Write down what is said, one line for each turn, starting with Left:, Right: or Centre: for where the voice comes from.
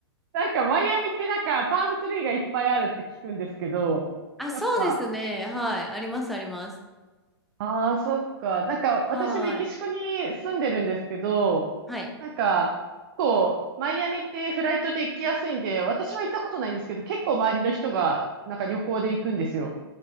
Right: なんかマイアミってなんかパームツリーがいっぱいあるって聞くんですけど、
Centre: あ、
Right: やっぱ
Centre: そうですね。はい。あります、あります。
Right: ああ、そっか。なんか、
Centre: はい。
Right: 私メキシコに住んでるんですけど、
Centre: はい。
Right: なんか、こう、マイアミってフライトで行きやすいんで、私は行ったことないんですけど、結構周りの人が、なんか旅行で行くんですよ。